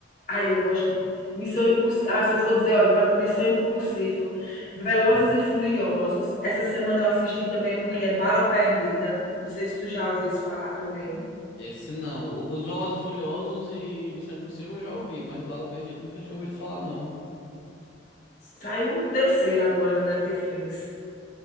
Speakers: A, on the left (about 45°); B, on the left (about 90°).
A: Aí eu gosto. Missão Impossível. Ah, se eu for dizer, ó, eu vou- Missão Impossível. Velozes e Furiosos. Essa semana eu assisti também um que é Bala Perdida. Não sei se tu já ouviu isso falar também.
B: Esse não. O- Os Velozes e Furiosos e Missão Impossível eu já ouvi, mas Bala Perdida eu nunca tinha ouvido falar, não.
A: Saiu o terceiro agora na Netflix.